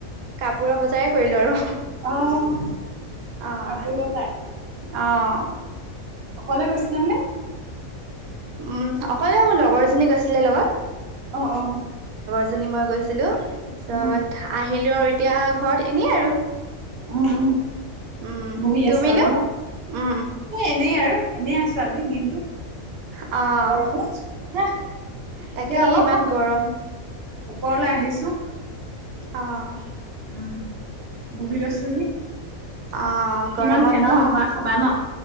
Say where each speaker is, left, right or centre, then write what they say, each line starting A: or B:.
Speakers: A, on the right; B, on the right.
A: কাপোৰৰ বজাৰে কৰিলোঁ আৰু।
B: অ'
A: অ'।
B: কাপোৰ বজাই,
A: অ'
B: অকলে গৈছিলানে?
A: উম, অকলে মোৰ লগৰজনী গৈছিলে লগত।
B: অ', অ'।
A: জনী মই গৈছিলোঁ, তাৰপিছত
B: উম
A: আহিলোঁ আৰু এতিয়া ঘৰত এনেই আৰু।
B: উম, উম
A: উম,
B: বহি
A: তুমিনো?
B: আছা আৰু ন
A: উম।
B: এনেই আৰু এনে আছো আজি দিনটো
A: অ',
B: গৰমত হা
A: তাকেই
B: এতিয়া অলপ
A: ইমান
B: মান
A: গৰম।
B: ওপৰলৈ আহিছো।
A: আহ।
B: উম বহি লৈছোহি।
A: আহ
B: কিমান
A: গৰমত
B: ফেনৰ
A: ন
B: হাৱা খাবা ন?